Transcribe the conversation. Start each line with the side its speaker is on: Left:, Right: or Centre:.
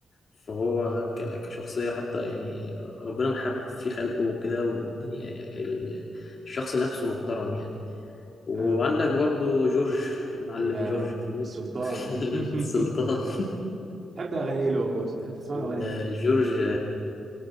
Left: فهو ك- كشخصيه حتى يعني ربنا محبب في خلقه وكده والدنيا ال- الشخص نفسه محترم يعني وعندك
Right: آه،
Left: برضو جورج المعلم
Right: يا
Left: جورج الكبير
Right: السلطان
Left: <laughs>
Right: <laughs>
Left: السلطان
Right: تحب اغاني ايه له هو بتحب تسمع
Left: <laughs>
Right: له اغاني ايه
Left: جورج